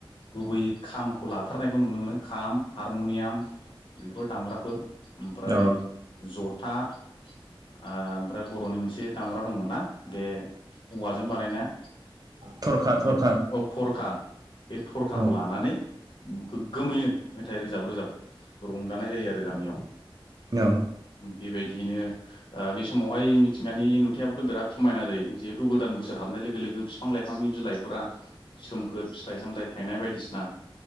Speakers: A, on the left (about 65°); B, on the right (about 45°).
A: गुबैयै खामखौ लाथारनायखौ नुनो मोनो खाम हा रमुनियाम बेफोर दामग्राफोर ओमफ्राय
B: औ
A: ज था ओमफ्राय बर'नि मोनसे दामग्रा दंमोन ना बे औवाजों बानायनाया?
B: थरखा
A: बे
B: थरखा
A: थरखा बे थरखाखौ
B: औ
A: लानानै गोग्गोमैनो मेथाइ रोजाब रोजाब रंजानाय जायो आरो गामियाव।
B: औ
A: बेबाय दियैनो बे समावहाय मिथिंगानि नुथायाबोथ' बिराद समायना जायो जिहेथु गोदान बोसोराव हाबनाय लोगो लोगो बिफां लाइफांनि बिलाइफोरा सोमखोर फिथाइ सामथाइ थायनाय बायदिसिना